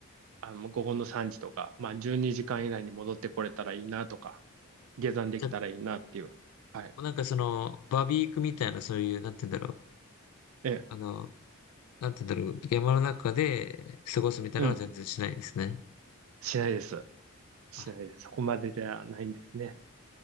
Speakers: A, on the right; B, on the left.
A: あの、午後の3時とか、まあ12時間以内に戻ってこれたらいいなとか、下山できたらいいなっていう。
B: じゃ
A: はい。
B: あ、なんかその、バーベキュークみたいな、そういう、なんて言うんだろう。
A: ええ。
B: あの、なんて言うんだろう。山の中で過ごすみたいなのは全然しないんですね。
A: うん。しないです。しないです。
B: あ
A: そこまでではないんですね。